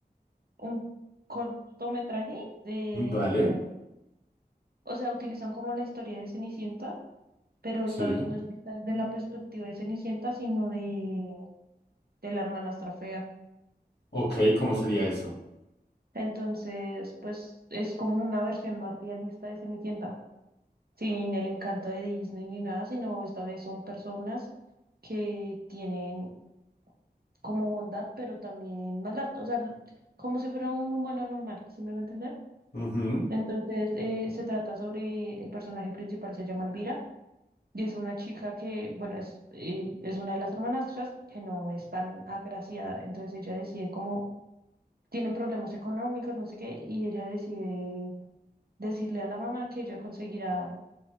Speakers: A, on the right (about 65°); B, on the left (about 80°).
A: un cortometraje de,
B: Vale,
A: o sea, utilizan como la historia de Cenicienta, pero
B: sí.
A: esta vez no es vista desde la perspectiva de Cenicienta, sino de, de la hermanastra fea.
B: Ok, ¿cómo sería eso?
A: Entonces, pues es como una versión más realista de Cenicienta. sin el encanto de Disney ni nada, sino esta vez son personas que tienen como bondad, pero también maldad, o sea, l- como si fuera un humano normal, ¿sí me va a entender?
B: Ujú,
A: Entonces, eh, se trata sobre el personaje principal, se llama Elvira, y es una chica que, bueno, es, eh, es una de las hermanastras que no es tan agraciada, entonces ella decide como, tienen problemas económicos, no sé qué, y ella decide decirle a la mamá que ella conseguirá.